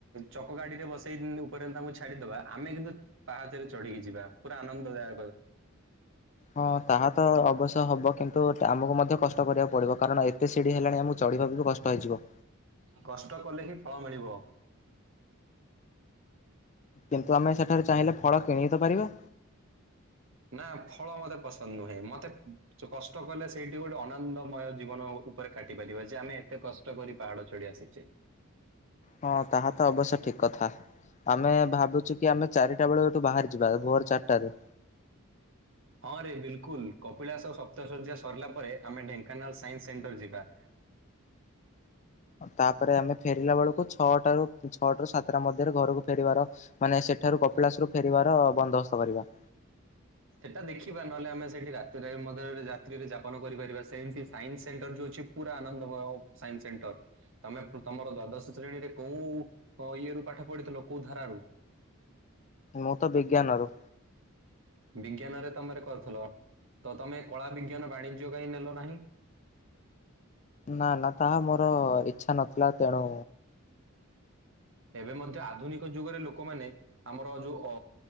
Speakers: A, on the right (about 65°); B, on the left (about 35°).
A: ଚକ ଗାଡିରେ ବସେଇ ଉପରେ ତାଙ୍କୁ ଛାଡିଦବା ଆମେ କିନ୍ତୁ ପାହାଚରେ ଚଢିକି ଯିବା ପୁରା ଆନନ୍ଦଦାୟକ।
B: ହଁ ତାହା ତ ଅବଶ୍ୟ ହବ କିନ୍ତୁ ଆମକୁ ମଧ୍ୟ କଷ୍ଟ କରିବାକୁ ପଡିବ କାରଣ ଏ ଏତେ ସିଢି ହେଲାଣି ଆମକୁ ଚଢ଼ିବାକୁ ବି କଷ୍ଟ ହେଇଯିବ।
A: କଷ୍ଟ କଲେ ହିଁ ଫଳ ମିଳିବ।
B: କିନ୍ତୁ ଆମେ ସେଠାରେ ଚାହିଁଲେ ଫଳ କିଣି ତ ପାରିବା।
A: ନା ଫଳ ମତେ ପସନ୍ଦ ନୁହେଁ ମତେ କଷ୍ଟ କଲେ ସେଇଠି ଗୋଟେ ଅନନ୍ଦମୟ ଜୀବନ ଉପରେ କାଟି ପାରିବା, ଯେ ଆମେ ଏତେ କଷ୍ଟ ଷ୍ଟ କରି ପାହାଡ ଛଡି ଆସିଛେ।
B: ହଁ ତାହା ତ ଅବଶ୍ୟ ଠିକ୍ କଥା। ଆମେ ଭାବୁଛୁ କି ଆମେ ଚାରିଟା ବେଳ ଏଠୁ ବାହାରି ଯିବା, ଭୋର ଚାରିଟାରୁ।
A: ହଁ ରେ ବିଲକୁଲ କପିଳାସ ସପ୍ତଚଯ୍ୟା ସରିଲା ପରେ ଆମେ ଢେଙ୍କାନାଳ ସାଇନ୍ସ ସେଣ୍ଟର ଯିବା।
B: ତାପରେ ଆମେ ଫେରିଲା ବେଳକୁ, ଛଅଟାରୁ, ଛଅଟାରୁ ସାତଟା ମଧ୍ୟରେ ଘରକୁ ଫେରିବାର ମାନେ ସେଠାରୁ କପିଳାସ ରୁ ଫେରିବାର ବନ୍ଦୋବସ୍ତ କରିବା।
A: ସେଇଟା ଦେଖିବା ନହେଲେ ଆମେ ସେଇଠି ରାତିରେ ରାତ୍ରୀରେ ଯାପନ କରିପାରିବା ସେ ସାଇନ୍ସ ସେଣ୍ଟର ଯୋଉ ଅଛି ପୁରା ଆନନ୍ଦ ମୟ ସାଇନ୍ସ ସେଣ୍ଟର। ତମେ ତମର ଦ୍ଵାଦଶ ଶ୍ରେଣୀରେ କୋଉ ଇଏ ରୁ ପାଠ ପଢିଥିଲ କୋଉ ଧାରାରୁ?
B: ମୁଁ ତ ବିଜ୍ଞାନରୁ।
A: ବିଜ୍ଞାନ ରେ ତମର କରୁଥିଲ ତ ତମେ କଳା ବିଜ୍ଞାନ ବାଣିଜ୍ୟ କାହିଁ ନେଲ ନାହିଁ?
B: ନା ନା ତାହା ମୋର ଇଛା ନଥିଲା ତେଣୁ
A: ଏବେ ମଧ୍ୟ ଆଧୁନିକ ଯୁଗରେ ଲୋକମାନେ ଆମର ଯୋଉ